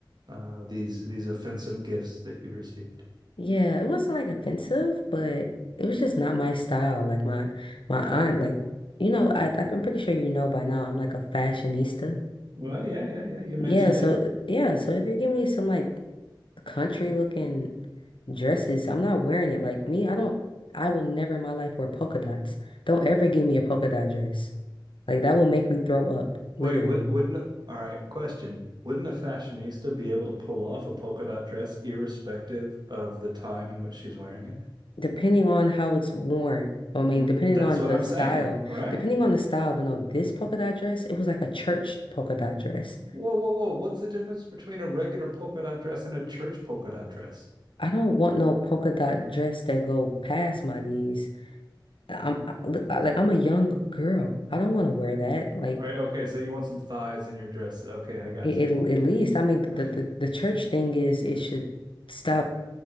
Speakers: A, on the right (about 55°); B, on the left (about 80°).
A: uh these these offensive gifts that you've received.
B: Yeah, it wasn't like offensive, but it was just not my style. Like my my aunt, like you know, I I'm pretty sure you know by now. I'm like a fashionista.
A: Well, yeah, yeah, yeah. You mentioned
B: Yeah, so
A: it.
B: yeah, so if you give me some like country looking dresses, I'm not wearing it. Like me, I don't. I will never in my life wear polka dots. Don't ever give me a polka dot dress. Like that will make me throw up, literally.
A: Wait, would, wouldn't all right, question. Wouldn't a fashionista be able to pull off a polka dot dress irrespective of the time in which she's wearing it?
B: Depending on how it's worn, I mean,
A: Mm,
B: depending
A: That's
B: on
A: what
B: the
A: I'm
B: style,
A: saying. All right.
B: depending on the style, but no, this polka dot dress, it was like a church polka dot dress.
A: Whoa, whoa, whoa. What's the difference between a regular polka dot dress and a church polka dot dress?
B: I don't want no polka dot dress that go past my knees. I'm I, look, I- like I'm a young girl. I don't want to wear that. Like
A: Right. Okay. So you want some thighs in your dress. Okay. I got
B: it,
A: you.
B: it at least, I mean, the,
A: <laughs>
B: the the church thing is it should stop.